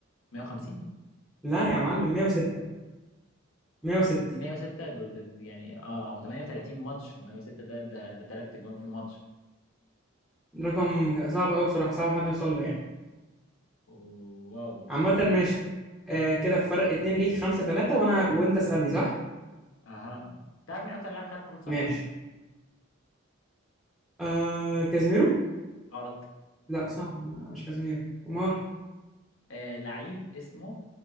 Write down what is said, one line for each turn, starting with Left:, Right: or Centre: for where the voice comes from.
Left: 150
Centre: لا يا معلم 106 106
Left: 106 دول دول يعني اه هو 38 ماتش في 106 ده ده ده ثلاث اجوان في الماتش
Centre: رقم صعب قوي بصراحه صعب حد يوصل له يعني
Left: واو
Centre: عامه ماشي آه كده فرق اتنين ليك خمسة ثلاثة وانا وانت اسألني صح
Left: اها تعرف مين اكتر لاعب خد كروت صفراء؟
Centre: ماشي آه كازيميرو
Left: غلط
Centre: لا صعب لا مش كازيميرو امال
Left: آه، لعيب اسمه